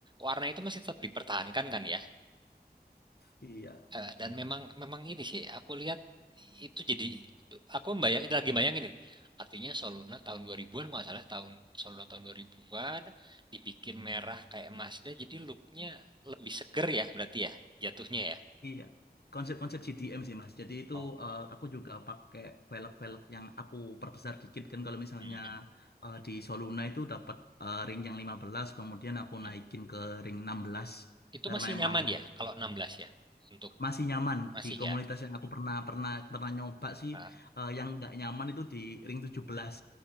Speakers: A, on the right; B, on the left.
A: warna itu masih tetap dipertahankan kan ya.
B: iya.
A: Eh, dan memang memang ini sih aku lihat itu jadi aku bayangin lagi bayangin ini. Artinya Soluna tahun 2000-an nggak salah tahun Soluna tahun 2000-an dibikin merah kayak Mazda jadi looknya lebih seger ya berarti ya jatuhnya ya.
B: Iya, konsep-konsep CDM sih Mas. Jadi itu
A: Oh.
B: eh, aku juga pakai velg-velg yang aku perbesar dikit kan kalau misalnya
A: Mm-mm.
B: eh, di Soluna itu dapat eh, ring yang 15, kemudian aku
A: Mm-mm.
B: naikin ke ring 16
A: Itu
B: karena
A: masih
B: emang
A: nyaman ya kalau 16 ya untuk
B: masih nyaman
A: masih
B: di komunitas
A: ya
B: yang aku pernah pernah pernah nyoba sih
A: Ah,
B: eh, yang nggak nyaman itu di ring tujuh belas